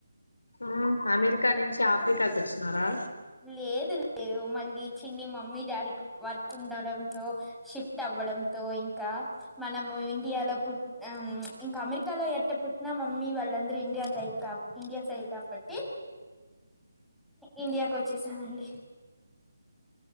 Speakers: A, on the left; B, in the centre.
A: ఆ అమెరికా నుంచి ఆఫ్రికాకి వచ్చినారా
B: లేదు లేదు మళ్ళీ చిన్ని మమ్మీ డాడీకి వర్క్ ఉండడంతో షిఫ్ట్ అవ్వడంతో, ఇంకా మనము ఇండియాలో పుట్ హమ్ ఇంకా అమెరి కా ఎట్ట పుట్టిన మమ్మీ వాళ్ళు అందరు ఇండియా టైప్ కబ్ ఇండియా సైడ్ కబ్ పట్టి ఇండియా వచ్చేసాను అండి.